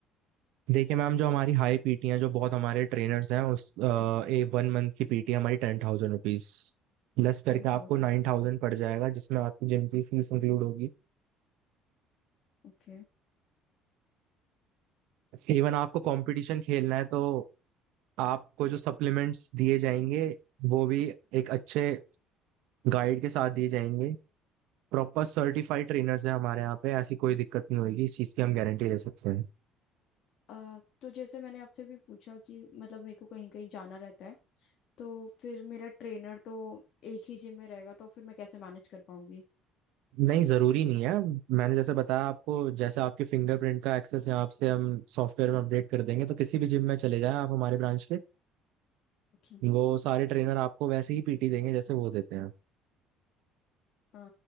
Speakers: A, on the right; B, on the left.
A: देखिए मैम जो हमारी हाई पीटी हैं जो बहुत हमारे ट्रेनर्स हैं उस अ, ए वन मंथ की पीटी हमारी टेन थाउजेंड रुपीज लेस करके
B: टेन
A: आपको
B: थाउजेंड
A: नाइन थाउजेंड पड़ जाएगा जिसमें आपकी जिम की फीस इंक्लूड होगी
B: ओके
A: इवन आपको कंपटीशन खेलना है तो आपको जो सप्लीमेंट्स दिए जाएंगे वो भी एक अच्छे गाइड के साथ दिए जाएंगे प्रॉपर सर्टिफाइड ट्रेनर्स हैं हमारे यहाँ पे ऐसी कोई दिक्कत नहीं होगी इस चीज़ की हम गारंटी दे सकते हैं
B: अ, तो जैसे मैंने आपसे भी पूछा कि मतलब मेरे को कहीं कहीं जाना रहता है तो फिर मेरा ट्रेनर तो एक ही जिम में रहेगा तो फिर मैं कैसे मैनेज कर पाऊंगी
A: नहीं जरूरी नहीं है मैंने जैसे बताया आपको जैसे आपके फिंगरप्रिंट का एक्सेस यहाँ से हम सॉफ्टवेयर में अपडेट कर देंगे तो किसी भी जिम में चले जाएं आप हमारे ब्रांच के
B: ओके
A: वो सारे ट्रेनर आपको वैसे ही पीटी देंगे जैसे वो देते हैं
B: अ,